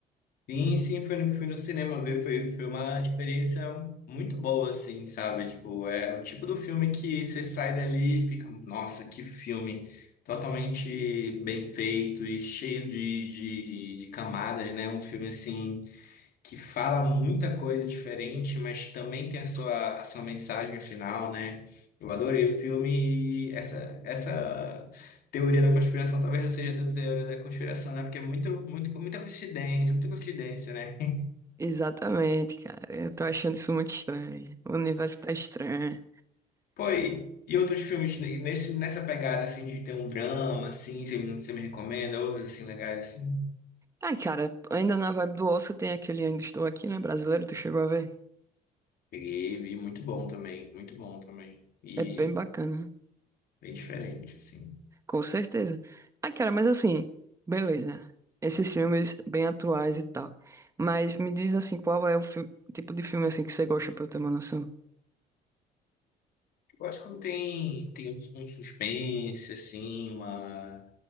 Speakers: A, on the left (about 65°); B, on the right (about 15°).
A: Sim, sim, fui no, fui no cinema ver, foi, foi uma experiência muito boa, assim, sabe? Tipo, é o tipo do filme que você sai dali e fica, nossa, que filme totalmente bem feito e cheio de, de, de camadas, né? Um filme assim. que fala muita coisa diferente, mas também tem a sua, a sua mensagem final, né? Eu adorei o filme e essa, essa teoria da conspiração talvez não seja tanto teoria da conspiração, né? Porque é muito, muito, muita coincidência, muita coincidência, né?
B: Exatamente, cara. Eu tô achando isso muito estranho. O universo tá estranho.
A: Pô, e, e outros filmes ne- nesse, nessa pegada, assim, de ter um drama, assim, você, me- você me recomenda, outros, assim, legais, assim.
B: Ai, cara, ainda na vibe do Oscar tem aquele Ainda Estou Aqui, né? Brasileiro, tu chegou a ver?
A: Peguei e vi, muito bom também, muito bom também. E
B: É bem bacana,
A: bem diferente, assim.
B: com certeza. Ai, cara, mas assim, beleza. Esses filmes bem atuais e tal. Mas me diz assim, qual é o fi- tipo de filme assim que você gosta pra eu ter uma noção?
A: Eu acho que quando tem, tem um, um suspense, assim, uma,